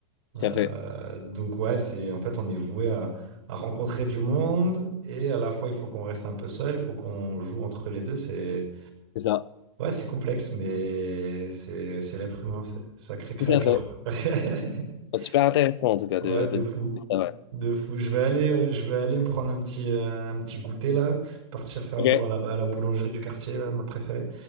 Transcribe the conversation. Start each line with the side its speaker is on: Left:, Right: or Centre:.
Right: Euh,
Left: Tout à fait,
Right: donc ouais, c'est, en fait, on est voué à à rencontrer du monde et à la fois il faut qu'on reste un peu seul, il faut qu'on joue entre les deux, c'est
Left: c'est ça.
Right: Ouais, c'est complexe, mais c'est c'est l'être humain, c'est- sacrée créature.
Left: Tout à fait.
Right: <laughs>
Left: C'est Super intéressant en tout cas
Right: Ouais,
Left: de,
Right: de
Left: de...
Right: fou.
Left: Ah ouais.
Right: De fou. Je vais aller, euh, je vais aller me prendre un petit, euh, un petit goûter là, partir faire un
Left: Ok,
Right: tour à la, à la boulangerie du quartier, là, ma préférée.